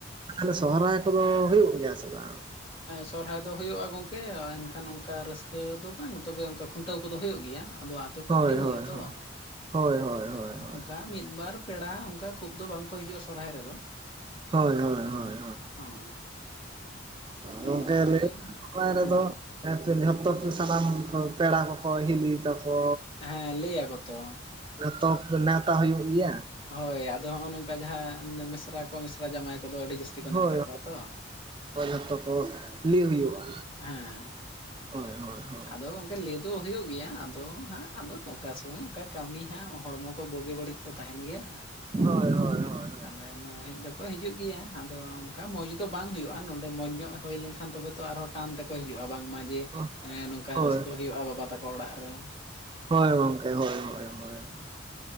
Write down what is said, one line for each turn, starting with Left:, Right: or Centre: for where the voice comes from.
Right: ᱛᱟᱦᱚᱞᱮ ᱥᱚᱦᱚᱨᱟᱹᱭ ᱠᱚᱫᱚ ᱦᱩᱭᱩᱜ ᱜᱮᱭᱟ ᱥᱮ ᱵᱟᱝ?
Left: ᱥᱚᱨᱦᱟᱹᱭ ᱫᱚ ᱦᱩᱭᱩᱜᱼᱟ ᱜᱮᱭᱟ ᱜᱚᱝᱠᱮ ᱮᱱᱠᱷᱟᱱ ᱚᱱᱠᱟ ᱨᱟᱹᱥᱠᱟᱹ ᱫᱚ ᱵᱟᱝ ᱛᱚᱵᱮ ᱚᱱᱠᱟ ᱠᱷᱩᱱᱴᱟᱹᱣ ᱠᱚᱫᱚ ᱦᱩᱭᱩᱜ ᱜᱮᱭᱟ ᱟᱫᱚ ᱛᱚ ᱠᱚ
Right: ᱦᱳᱭ
Left: ᱦᱩᱰᱤᱧ ᱜᱮᱭᱟ
Right: ᱦᱳᱭ
Left: ᱛᱚ
Right: ᱦᱳᱭ ᱦᱳᱭ ᱦᱳᱭ
Left: ᱟᱫᱚ
Right: ᱦᱳᱭ ᱦᱳᱭ
Left: ᱚᱱᱠᱟ ᱢᱤᱫᱵᱟᱨ ᱯᱮᱲᱟ ᱚᱱᱠᱟ ᱠᱷᱩᱵ ᱫᱚ ᱵᱟᱝᱠᱚ ᱦᱤᱡᱩᱜᱼᱟ ᱥᱚᱨᱦᱟᱭ ᱨᱮᱫᱚ᱾
Right: ᱦᱳᱭ ᱦᱳᱭ ᱦᱳᱭ᱾
Left: ᱦᱚᱸ ᱟᱫᱚ
Right: ᱜᱚᱝᱠᱮ
Left: ᱚᱱᱠᱟᱜᱮ
Right: ᱞᱟᱭ <inaudible> ᱨᱮᱫᱚ
Left: ᱦᱮᱸ
Right: <inaudible> ᱨᱮ ᱥᱟᱱᱟᱢ ᱯᱮᱲᱟ ᱠᱚᱠᱚ ᱦᱤᱞᱤ ᱛᱟᱠᱚ
Left: ᱦᱮᱸ ᱞᱟᱹᱭ ᱟᱠᱚ ᱛᱚ᱾
Right: ᱟᱨ ᱛᱚᱠ ᱱᱮᱣᱛᱟ ᱦᱩᱭᱩᱜ ᱜᱮᱭᱟ᱾
Left: ᱦᱳᱭ ᱟᱫᱚ ᱱᱚᱜᱼᱚ ᱱᱚᱝᱠᱟ ᱡᱟᱦᱟᱸ ᱢᱤᱥᱨᱟ ᱠᱚ ᱢᱤᱥᱨᱟ ᱡᱟᱶᱟᱭ ᱠᱚᱫᱚ ᱟᱹᱰᱤ ᱡᱟᱹᱥᱛᱤ ᱠᱚ ᱱᱮᱣᱛᱟ
Right: ᱦᱳᱭ
Left: ᱠᱚᱣᱟ ᱛᱚ
Right: ᱦᱳᱭ ᱡᱚᱛᱚ ᱠᱚ ᱞᱟᱹᱭ ᱦᱩᱭᱩᱜᱼᱟ᱾
Left: ᱦᱮᱸ᱾
Right: ᱦᱚᱭ ᱦᱚᱭ ᱦᱚᱭ᱾
Left: ᱟᱫᱚ ᱜᱚᱝᱠᱮ ᱞᱟᱹᱭ ᱫᱚ ᱦᱩᱭᱩᱜ ᱜᱮᱭᱟ ᱟᱫᱚ ᱦᱟᱸᱜ ᱟᱫᱚ ᱚᱠᱟ ᱥᱚᱢᱚᱭ ᱚᱱᱠᱟ ᱠᱟᱹᱢᱤ ᱦᱟᱸᱜ ᱦᱚᱲᱢᱚ ᱠᱚ ᱵᱩᱜᱤ ᱵᱟᱹᱲᱤᱡ ᱛᱚ ᱛᱟᱦᱮᱱ ᱜᱮᱭᱟ᱾
Right: ᱦᱳᱭ᱾ ᱦᱳᱭ ᱦᱳᱭ
Left: ᱟᱫᱚ ᱮᱱ ᱦᱚ ᱦᱮᱡ ᱫᱚᱠᱚ ᱦᱤᱡᱩᱜ ᱜᱮᱭᱟ᱾ ᱟᱫᱚ ᱚᱱᱠᱟ ᱢᱚᱡᱽ ᱫᱚ ᱵᱟᱝ ᱦᱩᱭᱩᱜᱼᱟ ᱱᱚᱰᱮ ᱢᱚᱡᱽ ᱧᱚᱜ ᱦᱩᱭ ᱞᱮᱱᱠᱷᱟᱱ ᱛᱚᱵᱮ ᱛᱚ ᱟᱨᱦᱚᱸ ᱴᱟᱱ ᱛᱮᱠᱚ ᱦᱤᱡᱩᱜᱼᱟ ᱵᱟᱝᱢᱟ ᱡᱮ
Right: ᱦᱳᱭ
Left: ᱱᱚᱝᱠᱟ
Right: ᱦᱳᱭ
Left: ᱨᱟᱹᱥᱠᱟᱹ ᱦᱩᱭᱩᱜᱼᱟ ᱵᱟᱵᱟ ᱛᱟᱠᱚ ᱚᱲᱟᱜ ᱨᱮ᱾
Right: ᱦᱳᱭ ᱜᱚᱝᱠᱮ ᱦᱳᱭ ᱦᱳᱭ ᱦᱳᱭ ᱾